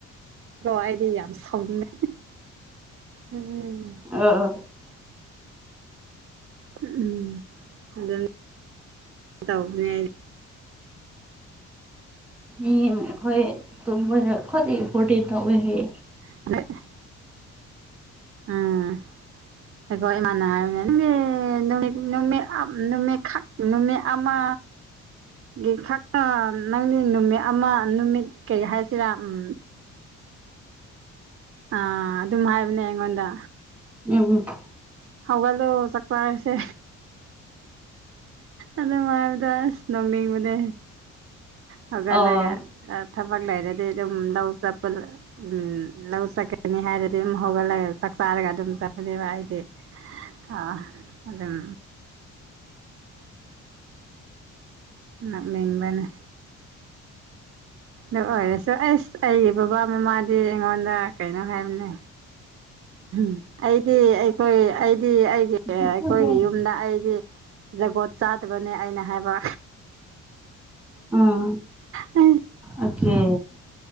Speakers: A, on the right; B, in the centre.
A: ꯀꯣ ꯑꯩꯗꯤ ꯌꯥꯝ ꯁꯥꯎꯅꯩ ꯎꯝ
B: <unintelligible>
A: ꯎꯝ ꯑꯗꯨꯝ ꯇꯦꯕꯥꯟ
B: ꯑꯩꯈꯣꯏ ꯇꯨꯝꯗ ꯈ꯭ꯋꯥꯏꯗꯒꯤ ꯏꯝꯄꯣꯔꯇꯦꯟ ꯇꯧꯋꯦ ꯍꯥꯏ
A: <unintelligible> ꯎꯝ ꯑꯩꯈꯣꯏ ꯏꯃꯥꯟꯅ ꯍꯥꯏꯕꯅꯦ ꯅꯨꯠ ꯅꯨꯃꯤꯠꯈꯛ ꯅꯨꯃꯤꯠ ꯑꯃ ꯒꯤ ꯈ ꯅꯪꯗꯤ ꯅꯨꯃꯤꯠ ꯑꯃ ꯅꯨꯃꯤꯠ ꯀꯔꯤ ꯍꯥꯏꯁꯤꯔꯥ ꯎꯝ ꯑꯥ ꯑꯗꯨꯝ ꯍꯥꯏꯕꯅꯦ ꯑꯩꯉꯣꯟꯗ
B: ꯎꯝ ꯎꯝ
A: ꯍꯧꯒꯠꯂꯣ ꯆꯥꯛ ꯆꯔꯥꯁꯦ ꯑꯗꯨꯉꯥꯜꯗ ꯑꯁ ꯅꫭꯛꯅꯤꯡꯕꯅꯦ ꯍꯧꯒꯠꯂꯒ
B: ꯑꯣ
A: ꯊꯕꯛ ꯂꯩꯔꯗꯤ ꯑꯗꯨꯝ ꯂꯧ ꯆꯞꯄꯗꯨ ꯎꯝ ꯂꯧ ꯆꯠꯀꯥꯅꯤ ꯍꯥꯏꯔꯗꯤ ꯍꯧꯒꯂꯒ ꯆꯥꯛ ꯆꯥꯔꯒ ꯑꯗꯨꯝ ꯆꯠꯄꯅꯦꯕ ꯑꯩꯗꯤ ꯑꯥ ꯑꯗꯨꯝ ꯂꯥꯛꯅꯤꯡꯕꯅꯦ ꯑꯗꯨ ꯑꯣꯏꯔꯁꯨ ꯑꯩꯁ ꯑꯩꯒꯤ ꯕꯕꯥ ꯃꯃꯥꯗꯤ ꯑꯩꯉꯣꯟꯗ ꯀꯩꯅꯣ ꯍꯥꯏꯕꯅꯦ ꯎꯝ ꯑꯩꯗꯤ ꯑꯩꯈꯣꯏ ꯑꯩꯗꯤ ꯑꯩꯒꯤ
B: ꯎꯝ
A: ꯑꯩꯈꯣꯏꯒꯤ ꯌꯨꯝꯗ ꯑꯩꯗꯤ ꯖꯒꯣꯠ ꯆꯥꯗꯕꯅꯦ ꯑꯩꯅ ꯍꯥꯏꯕ
B: ꯎꯝ
A: ꯎꯝ
B: ꯑꯣꯀꯦ